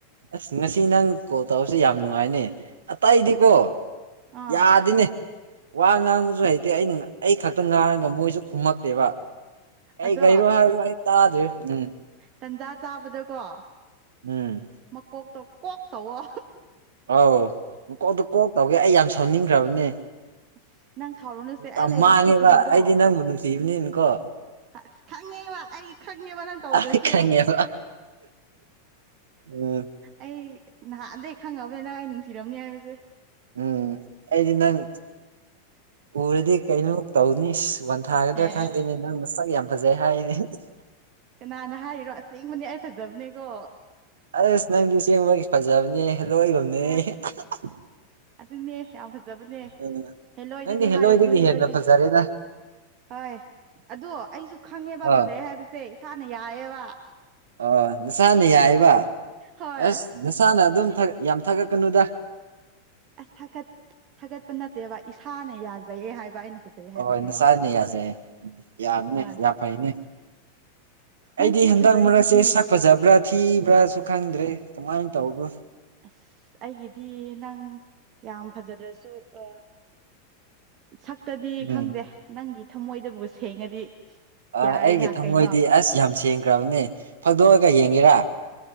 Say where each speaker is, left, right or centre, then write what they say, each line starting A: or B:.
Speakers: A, on the right (about 70°); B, on the right (about 40°).
A: ꯑꯁ ꯉꯁꯤ ꯅꯪ ꯀꯣꯜ ꯇꯧꯔꯁꯤ ꯌꯥꯝ ꯅꯨꯡꯉꯥꯏꯅꯦ ꯑꯇꯩꯗꯤꯀꯣ
B: ꯑꯥ
A: ꯌꯥꯗꯤꯅꯦ ꯋꯥ ꯉꯥꯡꯕꯁꯨ ꯍꯩꯇꯦ ꯑꯩꯅ ꯑꯩ ꯈꯛꯇ ꯉꯥꯡꯔꯒ ꯃꯣꯏꯁꯨ ꯈꯨꯝꯃꯛꯇꯦꯕ ꯀꯩ
B: ꯑꯗꯣ
A: ꯀꯩꯔꯣ ꯍꯥꯏꯔꯣ ꯑꯩ ꯇꯥꯗ꯭ꯔꯤ ꯎꯝ
B: ꯇꯟꯖꯥ ꯆꯥꯕꯗꯀꯣ
A: ꯎꯝ
B: ꯃꯀꯣꯛꯇꯣ ꯀꯣꯛ ꯇꯧꯋꯣ
A: ꯑꯧ ꯃꯀꯣꯛꯇꯨ ꯀꯣꯛ ꯇꯧꯒꯦ ꯑꯩ ꯌꯥꯝ ꯁꯥꯎꯅꯤꯡꯈ꯭ꯔꯕꯅꯦ
B: ꯑꯁ ꯅꯪ ꯁꯥꯎꯔꯨꯅꯨꯁꯦ
A: ꯃꯇꯝ
B: ꯑꯩ ꯂꯩꯔꯤꯁꯤꯗꯤ
A: ꯃꯥꯡꯉꯦꯕ
B: ꯀꯔꯤꯔꯣ
A: ꯑꯩꯗꯤ ꯅꯪꯕꯨ ꯅꯨꯡꯁꯤꯕꯅꯤꯅꯀꯣ
B: ꯑꯁ ꯈꯪꯉꯦꯕ ꯑꯩ ꯈꯪꯉꯦꯕ ꯅꯪ ꯇꯧꯗ꯭ꯔꯁꯨ
A: ꯑꯩ ꯈꯪꯉꯦꯕ ꯎꯝ
B: ꯑꯩ ꯅꯍꯥꯟꯗꯩ ꯈꯪꯉꯕꯅꯤ ꯅꯪ ꯑꯩ ꯅꯨꯡꯁꯤꯔꯝꯅꯤ ꯍꯥꯏꯕꯁꯦ
A: ꯎꯝ ꯑꯩꯗꯤ ꯅꯪ ꯎꯔꯗꯤ ꯀꯩꯅꯣ ꯇꯧꯅꯤ ꯋꯥꯟꯊꯥꯒꯗ꯭ꯔꯥ
B: ꯍꯦ
A: ꯈꯪꯗꯦꯅꯦ ꯅꯪ ꯅꯁꯛ ꯌꯥꯝ ꯐꯖꯩ ꯍꯥꯏꯌꯦꯅꯦ
B: ꯀꯅꯥꯅ ꯍꯥꯏꯔꯤꯔꯣ ꯑꯁꯦꯡꯕꯅꯦ ꯑꯩ ꯐꯖꯕꯅꯦꯀꯣ
A: ꯑꯁ ꯅꯪꯗꯤ ꯑꯁꯦꯡꯕꯒꯤ ꯐꯖꯕꯅꯦ ꯍꯦꯂꯣꯏꯒꯨꯝ <unintelligible>
B: ꯑ ꯑꯗꯨꯅꯦ ꯌꯥꯝ ꯐꯖꯕꯅꯦ
A: ꯎꯝ
B: ꯍꯦꯜꯂꯣꯏꯗꯗꯤ
A: ꯅꯪꯗꯤ ꯍꯦꯜꯂꯣꯏꯗꯒꯤ
B: ꯍꯥꯏꯔꯨꯅꯨ
A: ꯍꯦꯟꯅ
B: ꯍꯦꯜꯂꯣꯏꯗꯤ
A: ꯐꯖꯔꯦꯗ
B: ꯍꯣꯏ ꯑꯗꯣ ꯑꯩꯁꯨ ꯈꯪꯉꯦꯕ
A: ꯑꯥ
B: ꯐꯖꯩ ꯍꯥꯏꯕ ꯁꯦ ꯏꯁꯥꯅ ꯌꯥꯏꯌꯦꯕ
A: ꯑꯣ ꯅꯁꯥꯅ ꯌꯥꯏꯕ
B: ꯍꯣꯏ
A: ꯑꯁ ꯅꯁꯥꯅ ꯑꯗꯨꯝ ꯊꯥꯒꯠ ꯌꯥꯝ ꯊꯥꯒꯠꯀꯅꯨꯗ
B: ꯑꯁ ꯊꯥꯠ ꯊꯥꯒꯠꯄ ꯅꯠꯇꯦꯕ ꯏꯁꯥꯅ ꯌꯥꯖꯩꯌꯦ ꯍꯥꯏꯕ ꯑꯩꯅ ꯐꯖꯩ
A: ꯑꯣ
B: ꯍꯥꯏꯕꯁꯦ
A: ꯍꯣꯏ ꯅꯁꯥꯥꯅ ꯌꯥꯖꯩ ꯌꯥꯝꯅꯦ
B: ꯍꯣꯏ
A: ꯌꯥꯝ ꯐꯩꯅꯦ ꯑꯩꯗꯤ
B: ꯅꯪꯁꯨ
A: ꯍꯟꯗꯛ
B: ꯐꯖꯔꯤꯗꯨꯗꯤ
A: ꯃꯔꯛꯁꯦ ꯁꯛ ꯐꯖꯕ꯭ꯔꯥ ꯊꯤꯕ꯭ꯔꯥꯁꯨ ꯈꯪꯗ꯭ꯔꯦ ꯀꯃꯥꯏꯅ ꯇꯧꯕ꯭ꯔꯣ
B: ꯑꯁ ꯑꯩꯒꯤꯗꯤ ꯅꯪ ꯌꯥꯝ ꯐꯖꯗ꯭ꯔꯁꯨ ꯑ ꯁꯛꯇꯗꯤ
A: ꯎꯝ
B: ꯈꯪꯗꯦ ꯅꯪꯒꯤ ꯊꯝꯃꯣꯏꯗꯕꯨ ꯁꯦꯡꯉꯗꯤ
A: ꯑ
B: ꯌꯥꯔꯦꯅ
A: ꯑꯩꯒꯤ ꯊꯃꯣꯏꯗꯤ
B: ꯀꯩꯅꯣ
A: ꯑꯁ ꯌꯥꯝ ꯁꯦꯡꯈ꯭ꯔꯕꯅꯦ ꯐꯥꯛꯗꯣꯛꯑꯒ ꯌꯦꯡꯒꯦꯔꯥ